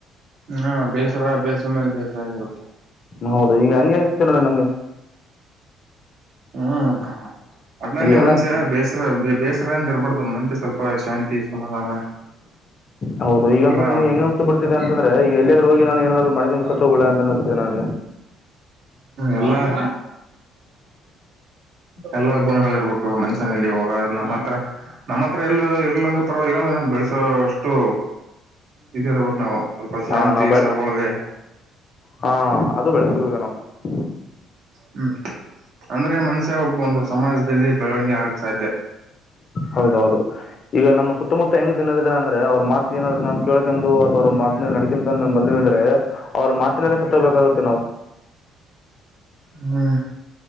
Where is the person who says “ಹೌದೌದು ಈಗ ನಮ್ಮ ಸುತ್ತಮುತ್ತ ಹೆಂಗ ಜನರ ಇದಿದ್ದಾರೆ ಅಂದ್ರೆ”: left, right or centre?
Left